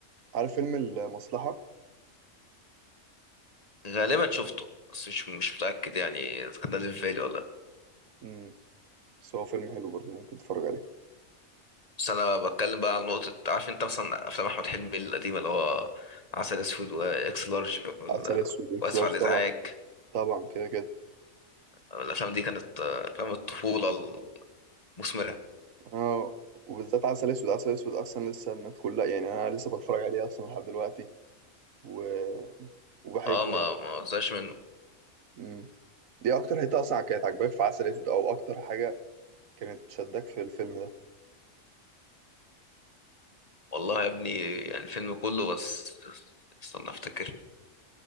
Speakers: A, on the right; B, on the left.
A: عارف فيلم المصلحة
B: غالبا شفته بس مش مش متأكد يعني اذا كان ده اللي في بالي ولا لأ.
A: مم. بس هو فيلم حلو برضه ممكن تتفرج عليه
B: بس انا بتكلم بقى على نقطة عارف انت مثلا افلام احمد حلمي القديمة اللي هو عسل اسود واكس لارج وال-
A: عسل أسود وإكس
B: واسف
A: لارج
B: على الازعاج
A: طبعا طبعا كده كده
B: الافلام دي كانت آه، افلام الطفولة المثمرة
A: آه وبالذات عسل أسود عسل أسود أصلا لسه الناس كلها يعني أنا لسه بتفرج عليه أصلا لحد دلوقتي و... وبحبه
B: اه ما
A: يعني
B: ما زهقش منه
A: مم. دي أكتر حتة أصلا كانت عاجباك في عسل أسود أو أكتر حاجة كانت شدك في الفيلم ده
B: والله يا ابني يعني الفيلم كله بس استنى افتكر